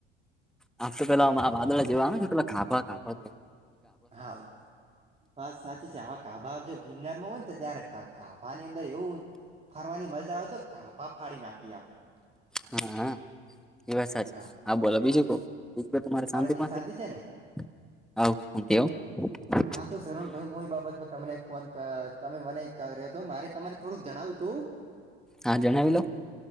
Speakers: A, in the centre; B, on the right.
A: આમ તો પેલા વાદોળ જેવા આવે પેલા ખાપા ખાપાવા <inaudible>
B: હા બસ સાચી છે આવા કાભા જો ગિરનારમાં હોય ને તો ત્યારે કાભાની અંદર એવું <unintelligible> ફરવાની મજા આવે તો કાપા ફાડી નાખીએ આપડણે <unintelligible>
A: હા હા એ વાત સાચી
B: હા
A: હ બોલો બીજું ક તમારે શાંતિ
B: બીજ
A: પાસે <unintelligible>
B: છે ને
A: હ શતીવ <unintelligible>
B: હા તો સરરૂણ ભાઈ હ એ બાબતમાં તમને ફોન તમે મને કર્યો હતો મારે તમારે થોડુંક જણાવું તું
A: હા જણાવી લો